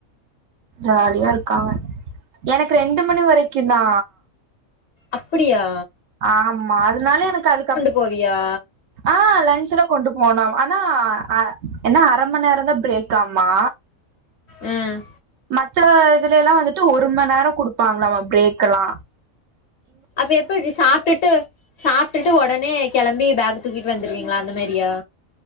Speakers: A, on the right; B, on the left.
A: ஜாலியா இருக்காவ எனக்கு ரெண்டு மணி வரைக்கு தா
B: அப்பிடியா
A: ஆம்மா அதுனால எனக்கு அதுக்கப்
B: போவியா
A: ஆ லன்ச்செல்லா கொண்டு போனோ ஆனா அ என்ன அரமண் நேர தா பிரேக்காமா
B: ம்
A: மத்த இதுல எல்லா வந்துட்டு ஒருமணநேரோ குடுப்பாங்களாமா பிரேக்ல்லா
B: அப்ப எப்படி சாப்ட்டுட்டு சாப்ட்டுட்டு ஒடனே கெளம்பி பேக் தூக்கிட்டு வந்துருவீங்களா அந்த மாரியா